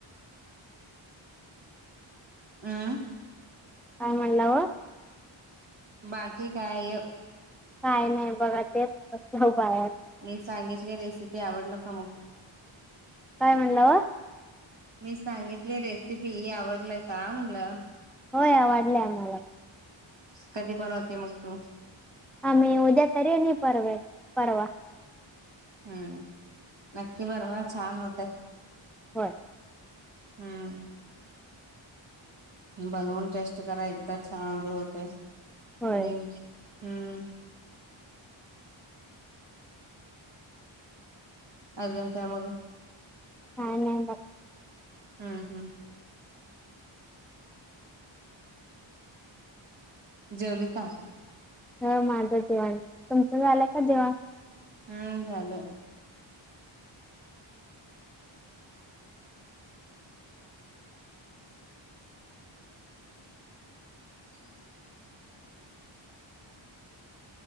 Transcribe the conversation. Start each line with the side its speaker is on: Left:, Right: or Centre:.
Right: हम
Centre: काय म्हणलावर
Right: बाकी काय?
Centre: काय नाही बघा तेच बाया.
Right: मी सांगितली रेसिपी आवडल का मग?
Centre: काय म्हणला वा.
Right: मी सांगितली रेसिपी आवडल का म्हणल?
Centre: होय आ वाढले आम्हाला.
Right: कधी बनवते मग तू?
Centre: आम्ही उद्या तरी आणि परवा, परवा.
Right: हम्म नक्की बनवा छान होत.
Centre: होय.
Right: हम्म. बनवून टेस्ट करा एकदा चांगले होते आणि
Centre: होय
Right: हम्म. अजून का मग.
Centre: काय नाही ब.
Right: हम्म, हम्म. जेवली का?
Centre: ह माझं जेवण. तुमचं झालंय का जेवण?
Right: हम्म झाल. ह. <unintelligible>